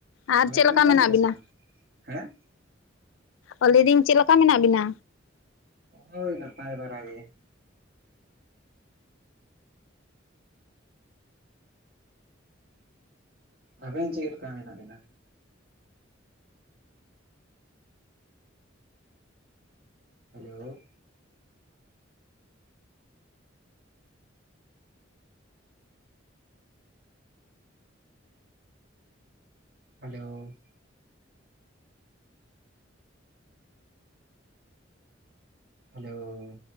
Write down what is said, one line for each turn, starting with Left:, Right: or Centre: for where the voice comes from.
Left: ᱟᱨ
Right: ᱟᱵᱮᱱ
Left: ᱪᱮᱫ
Right: ᱵᱮᱱ
Left: ᱞᱮᱠᱟ
Right: ᱡᱚᱢ
Left: ᱢᱮᱱᱟᱜ
Right: ᱠᱮᱫᱟ
Left: ᱵᱤᱱᱟ?
Right: ᱥᱮ ᱵᱟᱝ ᱦᱮᱸ?
Left: ᱚ ᱞᱟ. ᱭ ᱫᱤᱧ ᱪᱮᱫ ᱞᱮᱠᱟ ᱢᱮᱱᱟᱜ ᱵᱤᱱᱟ?
Right: ᱦᱳᱭ ᱱᱟᱯᱟᱭ ᱵᱟᱲᱟ ᱜᱮ᱾ ᱟᱵᱮᱱ ᱪᱮᱫ ᱞᱮᱠᱟ ᱢᱮᱱᱟᱜ ᱵᱤᱱᱟ᱾ ᱦᱮᱞᱳ? ᱦᱮᱞᱳ? ᱦᱮᱞᱳ?